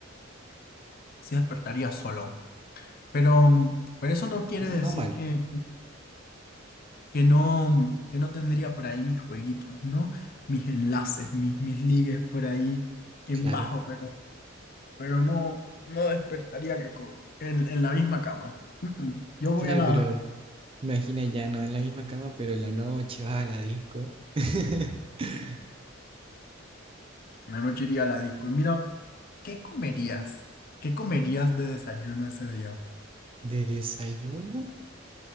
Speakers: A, on the left; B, on the right.
A: sí despertaría solo, pero, pero eso no quiere decir
B: No mal,
A: que, que no, que no tendría por ahí mis jueguitos, ¿no? Mis enlaces, mis, mis ligues por ahí en
B: claro,
A: bajo, pero, pero no, no despertaría que co- en, en la misma cama. Mm, mm. Yo voy
B: claro,
A: a la,
B: pero imagina ya no en la misma cama, pero en la noche vas a la disco. <laughs>
A: una noche iría a la disco. Y mira, ¿qué comerías? ¿Qué comerías de desayuno ese día?
B: De desayuno,